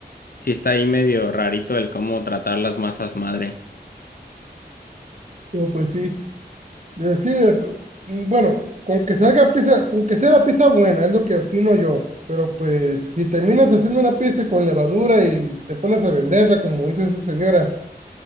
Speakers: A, on the left; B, on the right.
A: sí está ahí medio rarito el cómo tratar las masas madre.
B: Digo, pues sí, de- sí, de- mm, bueno, con que salga pizza, con que sea la pizza buena, es lo que opino yo, pero pues si terminas haciendo una pizza con levadura y te pones a venderla, como hizo esa señora,